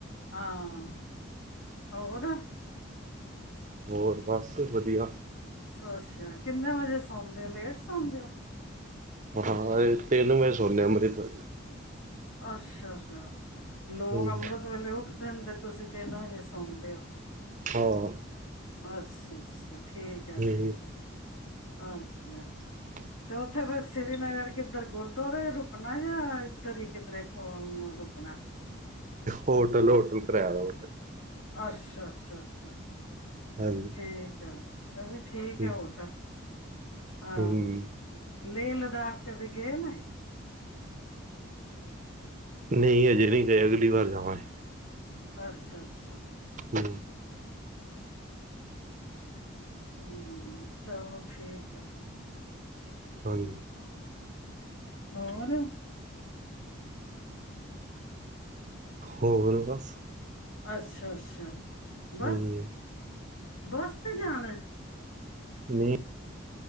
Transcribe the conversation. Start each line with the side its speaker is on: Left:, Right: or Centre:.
Left: ਹਾਂ ਹੋਰ?
Right: ਹੋਰ ਬਸ ਵਧੀਆ।
Left: ਅੱਛਾ। ਕਿੰਨੇ ਵਜੇ ਸੌਦੇ ਓ ਲੇਟ ਸੌਂਦੇ ਓ?
Right: ਹਾਂ ਅ ਤਿਨ ਵਜੇ ਸੋਨੇ ਆ ਅਮ੍ਰਿਤ ਵੇਲੇ।
Left: ਅੱਸ਼ਾ ਅੱਸ਼ਾ ਲੋਗ
Right: ਹੂੰ
Left: ਅਮ੍ਰਿਤ ਵੇਲੇ ਉਠਦੇ ਨੇ ਤੇ ਤੁਸੀਂ ਤਿੰਨ ਵਜੇ ਸੌਂਦੇ ਓ।
Right: ਹਾਂ।
Left: ਅੱਛਾ ਅੱਛਾ ਠੀਕ
Right: ਹੂੰ
Left: ਐ ਠੀਕ ਐ ਅੱਛਾ।
Right: <inaudible>
Left: ਤੇ ਓਥੇ ਫੇਰ ਸ੍ਰੀਨਗਰ ਕਿੱਧਰ ਗੁਰਦਆਰੇ ਰੁਕਨਾ ਯਾ ਇੱਧਰ ਈ ਕਿਧਰੇ ਰੁਕ
Right: ਹੋਟਲ ਹੋਟਲ ਕਰਾਆ ਦਾ ਓ ਤੇ।
Left: ਅੱਸ਼ਾ ਅੱਸ਼ਾ ਅੱਸ਼ਾ
Right: ਹਾਂਜੀ
Left: ਠੀਕ ਐ। ਏ ਵੀ ਠੀਕ ਐ
Right: ਹੂੰ
Left: ਹੋਟਲ ਹਾਂ।
Right: ਹੂੰ
Left: ਲੇਹ-ਲਦਾਖ ਕਦੀ ਗੇ ਨੇ?
Right: ਨਈ ਹਜੇ ਨੀ ਗਏ ਅਗਲੀ ਵਾਰ ਜਾਵਾਂਗੇ।
Left: ਅੱਸ਼ਾ ਅੱਸ਼ਾ।
Right: ਹੂੰ।
Left: ਹੂੰ ਚਲੋ ਠੀਕ ਏ।
Right: ਹਾਂਜੀ।
Left: ਹੋਰ
Right: ਹੋਰ ਬਸ।
Left: ਅੱਸ਼ਾ ਅੱਸ਼ਾ ਬੱਸ
Right: ਹੂੰ
Left: ਬੱਸ ਤੇ ਜਾਨਾ ਐ?
Right: ਨੀ